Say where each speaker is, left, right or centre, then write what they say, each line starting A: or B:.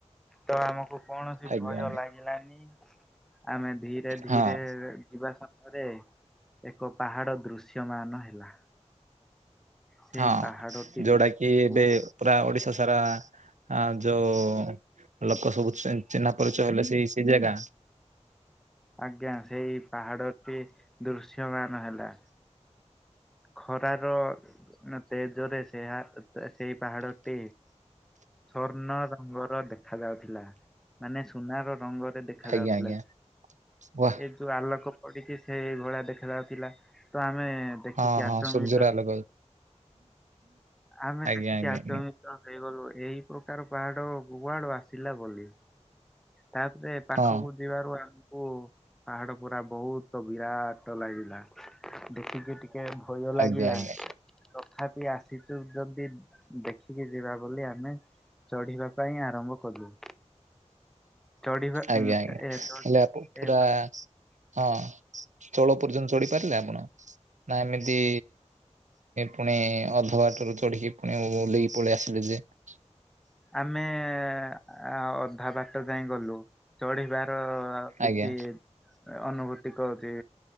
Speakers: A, in the centre; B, on the right.
A: ତ ଆମକୁ କୌଣସି
B: ଆଜ୍ଞା
A: ଭୟ
B: ଆଜ୍ଞା
A: ଲାଗିଲାନି ଆମେ ଧୀରେ ଧୀରେ
B: ହଁ
A: ଯିବା ସମୟରେ ଏକ ପାହାଡ଼ ଦୃଶ୍ୟମାନ ହେଲା। ସେଇ
B: ହଁ
A: ପାହାଡ଼ଟି
B: ଯୋଉଟା
A: ଦେଖିକୁ
B: କିି ଏବେ ପୁରା ଓଡିଶା ସାରା ହଁ ଯୋଉ ଲୋକ ସବୁ ଚି ଚିହ୍ନା ପରିଚୟ ହେଲେ ସେଇ ସେଇ ଜାଗା
A: ଆଜ୍ଞା ସେଇ ପାହାଡଟି ଦୃଶ୍ୟମାନ ହେଲା। ଖରାର ତେଜରେ ସେ ହେଁ ତେ ସେଇ ପାହାଡଟି ସୂର୍ଣ୍ଣ ରଙ୍ଗର ଦେଖା ଯାଉଥିଲା ମାନେ ସୁନାର ରଙ୍ଗ। ଦେଖା
B: ଆଜ୍ଞା
A: ଯାଉଥିଲା
B: ଆଜ୍ଞା ୱା
A: ଏ ଯୋଉ ଆଲୋକ ପଡ଼ିଛି ସେଇ ଭଳିଆ ଦେଖା ଯାଉଥିଲା ତ ଆମେ ଦେଖିକି
B: ହଁ ହଁ
A: ଆଚମ୍ବିତ
B: ସୂର୍ଯ୍ୟର
A: ହେ
B: ଆଲୋକ
A: ଆମେ
B: ଆଜ୍ଞା
A: ଦେଖିକି
B: ଆଜ୍ଞା
A: ଆଚମ୍ବିତ
B: ଆଜ୍ଞା
A: ହେଇଗଲୁ ଏଇ ପ୍ରକାର ପାହାଡ କୁଆଡୁ ଆସିଲା ବୋଲି ତାପରେ ପାଖକୁ
B: ହଁ
A: ଯିବାରୁ ଆମେ ଓ ପାହାଡ ପରା ବହୁତ ବିରାଟ ଲାଗିଲା ଦେଖିକି ଟି ଟିକେ ଭୟ ଲାଗିଲା
B: ଆଜ୍ଞା ଆଜ୍ଞା
A: ତଥାପି ଆସିଛୁ ଯଦି ଦେଖିକି ଯିବା ବୋଲି ଆମେ ଚଢିବା ପାଇଁ ଆରମ୍ଭ କଲୁ। ଚଢିବା
B: ଆଜ୍ଞା
A: ଉଁ,
B: ଆଜ୍ଞା
A: ଏ ଚଢି
B: ହେଲେ ପୁରା
A: ଏ
B: ହଁ ଚୋଳ ପର୍ଯ୍ୟନ୍ତ ଚଢି ପାରିଲେ ଆପଣ? ନା ଏମିତି ପୁଣି ଅଧବାଟରୁ ଚଢିକି ଫୁଣି ଓଲେଇକି ପଳେଇ ଆସିଲେ ଯେ ଦେଖା
A: ଆମେ ଅଧା ବାଟ ଯାଇଁ ଗଲୁ ଚଢିବା ର କିଛି
B: ଆଜ୍ଞା
A: ଅନୁଭୂତି କହୁଛି